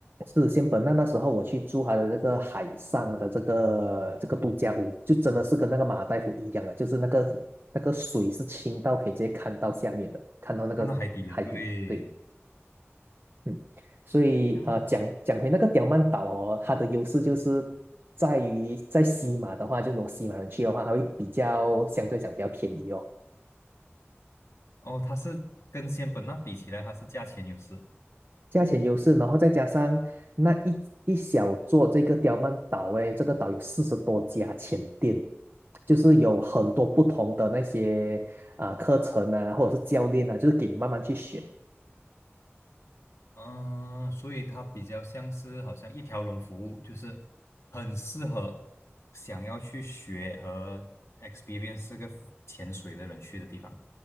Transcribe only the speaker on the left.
看到海底的，对，
像
哦，它是跟仙本那比起来，它是价钱优势，
嗯，所以它比较像是好像一条龙服务，就是很适合想要去学和 experience 这个浮潜水的人去的地方。